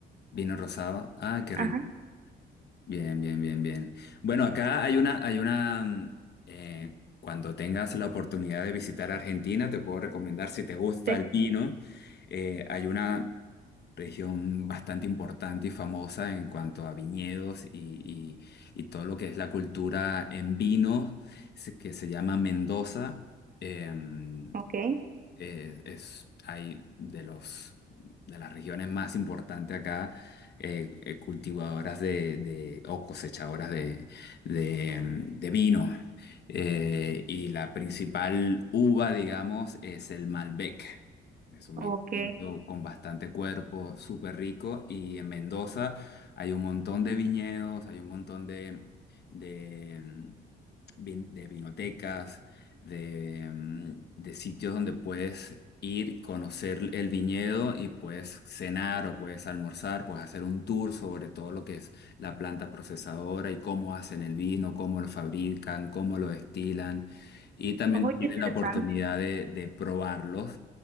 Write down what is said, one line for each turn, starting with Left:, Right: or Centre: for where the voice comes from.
Left: ¿Vino rosado? Ah, qué
Right: Ajá,
Left: rico. Bien, bien, bien, bien. Bueno, acá hay una, hay una, mm, eh, cuando tengas la oportunidad de visitar Argentina, te puedo recomendar, si te gusta
Right: sí,
Left: el vino, eh, hay una región bastante importante y famosa en cuanto a viñedos y, y- y todo lo que es la cultura en vino, se- que se llama Mendoza. Em,
Right: ok,
Left: eh, es hay de los de las regiones más importantes acá, eh, eh, cultivadoras de, de- o cosechadoras de, de, mm, de vino. Eh, y la principal uva, digamos, es el Malbec. Es un
Right: ok.
Left: vino tinto con bastante cuerpo, súper rico. Y en Mendoza hay un montón de viñedos, hay un montón de, de, mm, vin- de vinotecas de, mm, de sitios donde puedes ir, conocer el viñedo y puedes cenar o puedes almorzar, puedes hacer un tour sobre todo lo que es la planta procesadora y cómo hacen el vino, cómo lo fabrican, cómo lo destilan. Y también
Right: Oh,
Left: tienes
Right: qué interesante.
Left: la oportunidad de, de probarlos